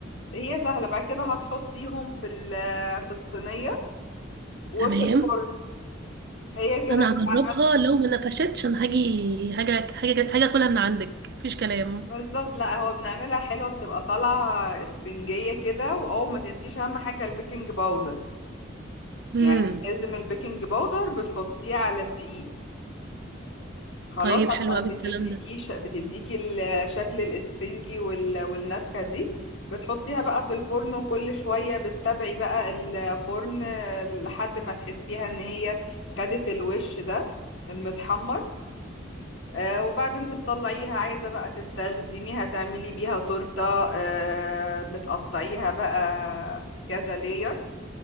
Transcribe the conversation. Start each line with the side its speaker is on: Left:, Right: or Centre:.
Left: هي سهلة بعد كده هتحطيهم في ال- في الصينية وفي
Right: تمام
Left: الفرن هي كده
Right: انا
Left: انت
Right: هجربها
Left: عملت
Right: لو ما نفشتش انا هاجي هاجي هاجي هاجي اكلها من عندك مفيش كلام
Left: بالظبط لا هو بنعملها حلوة بتبقى طالعة اسفنجية كده واول ما تنسيش اهم حاجة البيكنج باودر
Right: امم
Left: يعني لازم البيكنج باودر بتحطيه على الدقيق خلاص
Right: طيب حلو
Left: عشان
Right: قوي
Left: بتديكي
Right: الكلام ده
Left: ش... بتديكي الشكل الاسفنجي وال... والنفخة دي بتحطيها بقى في الفرن وكل شوية بتتابعي بقى الفرن لحد ما تحسيها ان هي خدت الوش ده المتحمر آه وبعدين بتطلعيها عايزة بقى تستخدميها تعملي بيها تورتة آه بتقطعيها بقى كذا لير